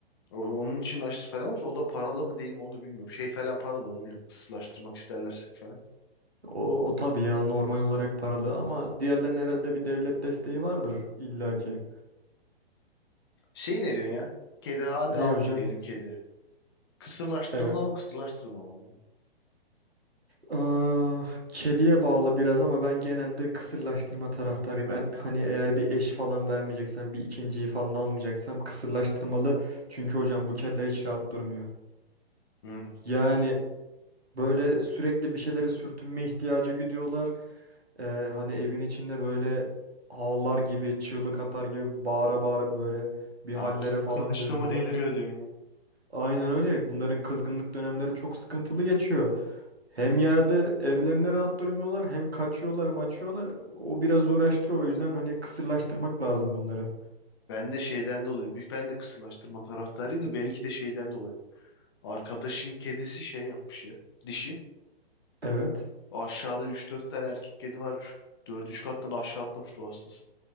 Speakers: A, on the left; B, on the right.
A: O- Onun için aşısı falan varmış. O da paralı mı değil mi onu bilmiyorum. Şey falan paralı onu bilmiyorum. Kısırlaştırmak isterlerse falan.
B: O, o tabii ya normal olarak paralı ama diğerlerinin herhalde bir devlet desteği vardır illaki.
A: Şey ne diyorsun ya? Kedi hadi
B: Ne
A: aldım
B: hocam?
A: diyelim kedi. Kısırlaştırılmalı
B: Evet.
A: mı kısırlaştırılmamalı mı?
B: Aa, kediye bağlı biraz ama ben genelde kısırlaştırma taraftarıyım. En, hani eğer bir eş falan vermeyeceksem, bir ikinciyi falan almayacaksam kısırlaştırmalı. Çünkü hocam bu kediler hiç rahat durmuyor.
A: Hı.
B: Yani Böyle sürekli bir şeylere sürtünme ihtiyacı güdüyorlar. Ee, hani evin içinde böyle ağlar gibi, çığlık atar gibi bağıra bağıra böyle bir
A: Ha,
B: hallere
A: kı-
B: falan
A: kızıştı
B: bürünüyorlar.
A: mı deliriyor diyorsun yani.
B: Aynen öyle. Bunların kızgınlık dönemleri çok sıkıntılı geçiyor. Hem yerde evlerine rahat durmuyorlar, hem kaçıyorlar, maçıyorlar. O biraz uğraştırıyor. O yüzden hani kısırlaştırmak lazım bunları.
A: Ben de şeyden dolayı. büyük- Ben de kısırlaştırma taraftarıyım da benimki de şeyden dolayı. Arkadaşın kedisi şey yapmış ya. Dişi.
B: Evet.
A: Aşağıda üç dört tane erkek kedi varmış. Dördüncü kattan aşağı atlamış ruh hastası.